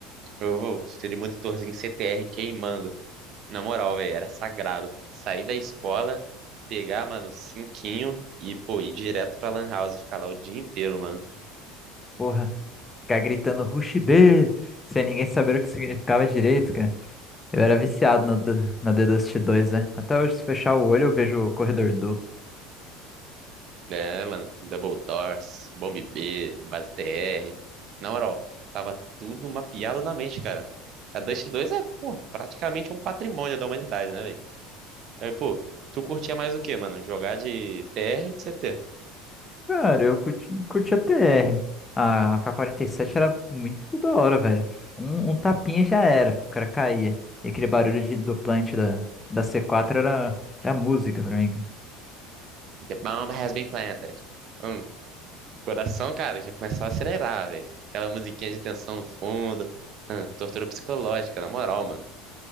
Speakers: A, on the right; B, on the left.
A: Eu, eu, aquele monitorzinho CTR queimando. Na moral, velho, era sagrado. Sair da escola, pegar, mano, cinquinho e, pô, ir direto pra Lan House e ficar lá o dia inteiro, mano.
B: Porra, Ficar gritando Rush B, sem ninguém saber o que significava direito, cara. Eu era viciado no, D- no The Dust 2, né? Até hoje, se fechar o olho, eu vejo o corredor duplo.
A: É, mano, Double Doors, Bomb B, Base TR. Na moral, tava tudo mapeado na mente, cara. A Dust 2 é, pô, praticamente um patrimônio da humanidade, né, Aí, pô, tu curtia mais o quê, mano? Jogar de TR ou de CT?
B: Cara, eu curti, curti a TR. A A K quarenta e sete era muito da hora, velho. Um, um tapinha já era, o cara caía. E aquele barulho de, do plant da, da c quatro era, era música pra mim,
A: The bomb has been planted. Hum, coração, cara, já começava a acelerar, velho. Aquela musiquinha de tensão no fundo. Hum, tortura psicológica, na moral, mano.